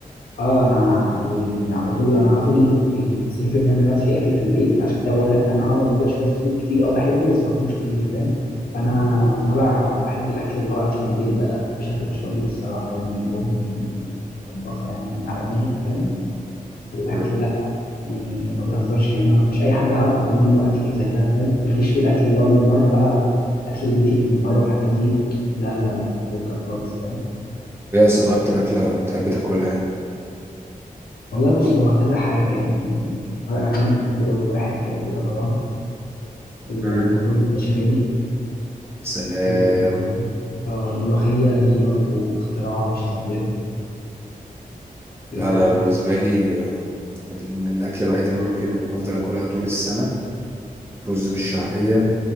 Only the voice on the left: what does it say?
اه انا دي يعني على طول انا على طول يعني 90% من الوقت في اكل في البيت عشان كده بقول لك انا اه ما باكلش فاست فود كتير اه بحبه بس ما باكلوش كتير فاهم فانا طالع بحب الاكل اللي هو اكل البيت بقى بشكل مش طبيعي الصراحه يعني امي طباخه يعني عالميه فاهم الاكل
لا يعني ما بيهزرش يعني ما- مش اي حد عارف اكل منه اكل زي ده فاهم ماليش في الاكل اللي هو من بره بقى الاكل البيتي اللي من بره والحاجات دي لا لا لا فكك خالص فاهم
والله بص هو كذا حاجة يعني ورق عنب بيجي أول واحد كده كده طبعا المكرونة
البشاميل
ال- آه، الملوخية دي برضو اختراع مش طبيعي في
إيه
تاني